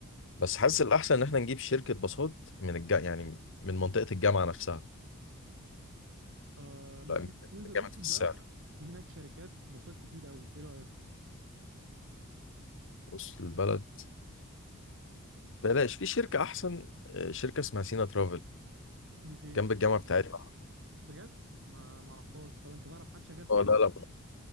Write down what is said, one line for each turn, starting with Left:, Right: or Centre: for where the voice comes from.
Left: بس حاسس الاحسن ان احنا نجيب شركه باصات من الج... يعني من منطقه الجامعه نفسها
Right: آه، مم-
Left: لا
Right: ممكن ننزل
Left: جامد
Right: وسط
Left: في
Right: البلد
Left: السعر
Right: في هناك شركات باصات كتير قوي ايه رأيك
Left: وسط البلد بلاش في شركه احسن آه، شركه اسمها سينا ترافل
Right: دي فين
Left: جنب الجامعه بتاعتنا
Right: بجد ما معرفهاش طب انت تعرف حد شغال فيها
Left: اه لا لا